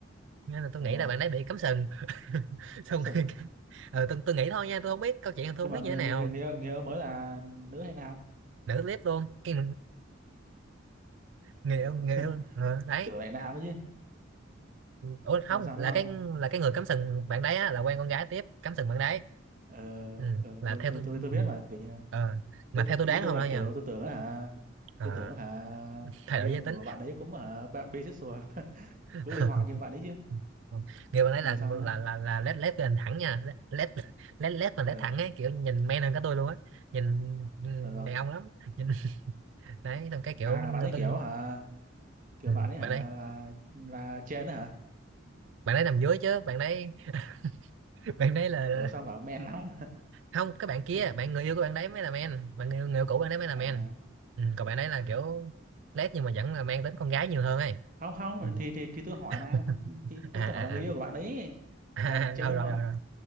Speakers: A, on the right; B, on the right.
A: nên là tôi
B: ồ
A: nghĩ là bạn ấy bị cắm sừng <laughs> xong
B: cắm sừng
A: rồi cái- ờ tôi, tôi nghĩ thôi nha tôi không biết câu chuyện tôi
B: nhưng
A: không biết
B: mà người
A: như thế nào
B: người người người, người yêu mới là nữ hay nam
A: nữ clip luôn cái người
B: ừ.
A: yêu người
B: <laughs>
A: yêu ờ, đấy
B: tưởng lại nam chứ
A: ủa không
B: xong rồi sao
A: là
B: nữa không
A: cái là cái người cắm sừng bạn đấy á, là quen con gái tiếp cắm sừng bạn đấy
B: ờ
A: ừ.
B: ờ,
A: là
B: tôi
A: theo
B: tôi
A: tôi
B: tôi tôi biết
A: ừ.
B: mà kiểu như
A: ờ, mà
B: tôi,
A: theo tôi
B: ý
A: đoán
B: tôi
A: không
B: là
A: đâu
B: kiểu
A: nha
B: tôi tưởng hả
A: Ờ,
B: tôi tưởng hả
A: thay
B: người
A: đổi
B: yêu
A: giới tính
B: của bạn ấy cũng hả bạn bisexual <laughs>
A: <laughs>
B: cũng linh hoạt như bạn ấy chứ
A: Không, người bạn ấy
B: xong
A: là
B: rồi sao
A: là
B: nữa
A: là là led led lên thẳng nha led led led mà led
B: ờ
A: thẳng ấy kiểu nhìn men hơn cả tôi luôn á nhìn ừ,
B: ờ không
A: đàn ông lắm nhìn <laughs> đấy xong cái kiểu
B: à
A: người
B: là bạn ấy
A: ta
B: kiểu hả kiểu
A: ừ,
B: bạn ấy hả
A: bạn đấy
B: là là trên đó hả
A: bạn đấy nằm dưới chứ bạn đấy <laughs> bạn đấy là
B: ở sao bảo men lắm
A: không các bạn kia
B: <laughs>
A: bạn người yêu của bạn đấy mới là men bạn người, người yêu cũ bạn đấy mới là men
B: à
A: ừ, còn bạn đấy là kiểu lét nhưng mà vẫn là mang tính con gái nhiều hơn ấy
B: không không
A: ừ.
B: thì thì thì tôi hỏi
A: <laughs>
B: mà thì
A: à
B: tôi tôi
A: à
B: hỏi là
A: à,
B: người yêu của bạn đấy
A: à,
B: thì
A: à.
B: là trên
A: Ừ,
B: đúng
A: rồi
B: không
A: rồi rồi